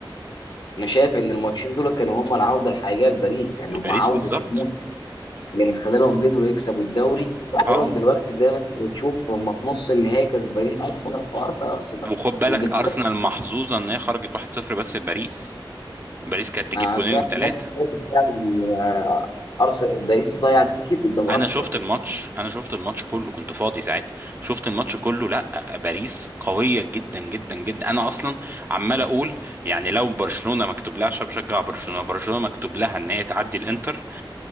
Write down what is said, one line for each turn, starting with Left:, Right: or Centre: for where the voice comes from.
Left: انا شايف ان الماتشين دول كانوا هم العوده الحقيقيه لباريس يعني
Right: لباريس
Left: هم عوده
Right: بالظبط
Left: الموسم اللي من خلالهم قدروا يكسبوا الدوري خلالهم
Right: اه
Left: دلوقتي زي ما انت بتشوف هم في نص النهائي كسبانين ارسنال في ارض ارسنال
Right: وخد بالك
Left: انجلترا
Right: ارسنال محظوظه ان هي خرجت 1-0 بس لباريس باريس كانت تجيب
Left: انا
Right: جونين
Left: سمعت
Right: وثلاثه
Left: الماتش ده فعلا آه، ارسنال باريس ضيعت كتير قدام
Right: انا
Left: ارسنال
Right: شفت الماتش انا شفت الماتش كله كنت فاضي ساعتها شفت الماتش كله لا باريس قويه جدا جدا جدا انا اصلا عمال اقول يعني لو برشلونه مكتوب لها عشان بشجع برشلونه برشلونه مكتوب لها ان هي تعدي الانتر